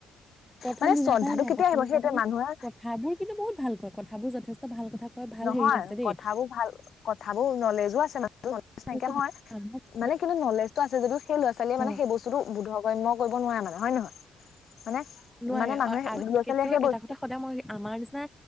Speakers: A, in the centre; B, on the left.
A: প্ৰথম
B: মানে
A: দিনাৰ
B: শ্ৰদ্ধাটো
A: পৰা নাই
B: কেতিয়া
A: প্ৰথম
B: আহিব
A: দিনাখনি
B: সেইটোৱে মানুহে
A: কথাবোৰ কিন্তু বহুত ভাল কয় কথাবোৰ যথেষ্ট ভাল কথা কয় ভাল
B: নহয়
A: হেৰি আছে দেই
B: কথাবোৰ ভাল কথাবোৰ নলেজো আছে মানে নাইকিয়া
A: যথেষ্ট
B: নহয়
A: ভাল মানুহক-
B: মানে কিন্তু নলেজটো আছে যদিও সেই ল'ৰা ছোৱালীয়ে
A: অ
B: মানে সেই বস্তুটো বোধগম্য কৰিব নোৱাৰে মানে হয় নহয় মানে
A: নোৱাৰে
B: মানে মানুহে
A: অ
B: ল'ৰা
A: কিন্তু
B: ছোৱালীয়ে সেই
A: এটা
B: বস্তু
A: কথা সদায় মই আমাৰ নিচিনা